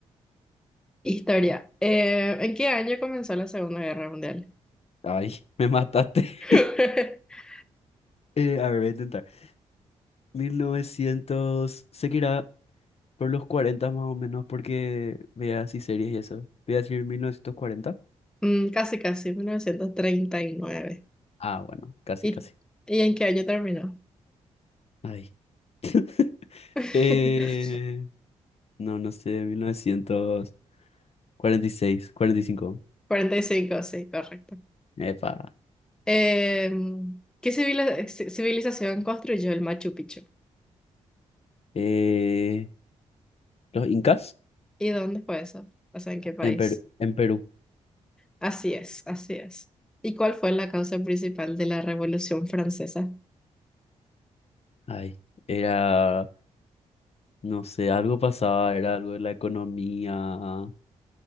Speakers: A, in the centre; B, on the left.
A: Historia. Eh, ¿en qué año comenzó la Segunda Guerra Mundial?
B: Ay, me mataste.
A: <laughs>
B: <laughs> Eh, a ver, voy a intentar. 1900, sé que irá por los 40 más o menos, porque vea así series y eso. Voy a decir 1940.
A: Mm, casi, casi, mil novecientos treinta ¿Y, nueve.
B: Ah, bueno, casi,
A: y
B: casi.
A: y en qué año terminó?
B: Ay. <laughs>
A: <laughs>
B: Eh, no, no sé, 1946, 45.
A: 45, sí, correcto.
B: Epa.
A: Em, ¿qué civila- ci- civilización construyó el Machu Picchu?
B: Eh, los incas
A: ¿Y dónde fue eso? O sea, ¿en qué país?
B: en Perú, en Perú.
A: Así es, así es. ¿Y cuál fue la causa principal de la Revolución Francesa?
B: Ay, era, no sé, algo pasaba, era algo de la economía,